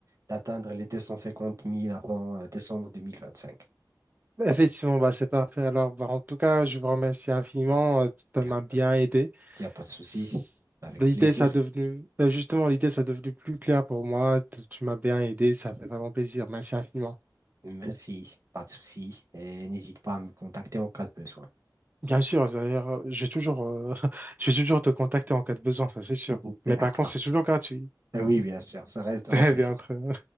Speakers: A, on the right; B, on the right.
A: d'atteindre les 250 000 avant euh, décembre 2025.
B: Effectivement, bah, c'est parfait. Alors, bah, en tout cas, je vous remercie infiniment. euh, Tu
A: Il n'y
B: m'as
A: a
B: bien
A: pas,
B: aidé.
A: y a pas de souci,
B: S-
A: avec
B: L'idée,
A: plaisir.
B: ça a devenu, euh, justement, l'idée, ça a devenu plus clair pour moi. Tu tu m'as bien aidé. Ça fait vraiment plaisir. Merci infiniment.
A: Merci, pas de souci. Et n'hésite pas à me contacter en cas de besoin.
B: Bien sûr, d'ailleurs, euh, je vais toujours, euh, <laughs> je vais toujours te contacter en cas de besoin, ça c'est sûr.
A: <laughs> D'accord.
B: Mais par contre, c'est toujours gratuit.
A: Euh, Oui, bien sûr, ça restera
B: <laughs> Très
A: toujours.
B: bien, très bien.